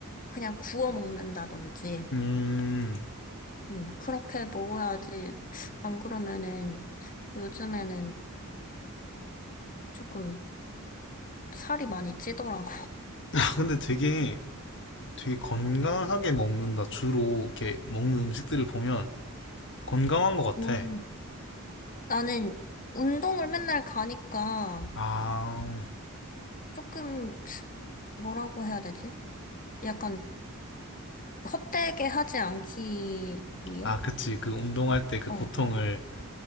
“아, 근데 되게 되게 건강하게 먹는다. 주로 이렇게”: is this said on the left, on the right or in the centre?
Left